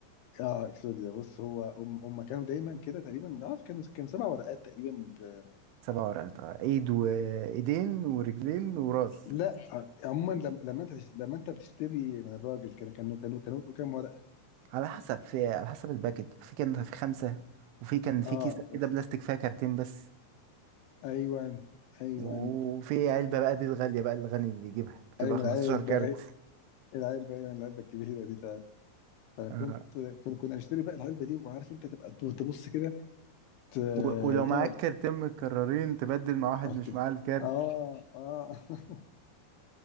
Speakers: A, on the left (about 75°); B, on the right (about 85°).
A: اه اكسوديا بص هو هم هم كانوا دايما كده تقريبا عارف كانوا كانوا سبع ورقات تقريبا ب...
B: سبع ورقات اه ايد وايدين ورجلين وراس
A: لا آه، عموما لما لما انت تش- لما انت بتشتري من الراجل كان كانوا كانوا كانوا بيبقوا كام ورقة
B: على حسب في على حسب الباكت في كان في خمسة وفي كان في
A: اه
B: كيسة
A: خمسة
B: كده بلاستيك فيها كارتين بس
A: ايوه ايوه
B: وفي علبة بقى دي الغالية بقى الغني اللي يجيبها بتبقى
A: ايوه
B: 15
A: العلبة
B: كارت
A: العلبة ايوه العلبة الكبيرة دي فعلا فكنت
B: آه.
A: كنا كنا نشتري بقى العلبة دي وعارف انت تبقى تبص كده ت-
B: و- ولو معاك
A: تقعد
B: كارتين متكررين تبدل مع واحد
A: اه
B: مش
A: تبقى-
B: معاه الكارت
A: اه آه. <laughs>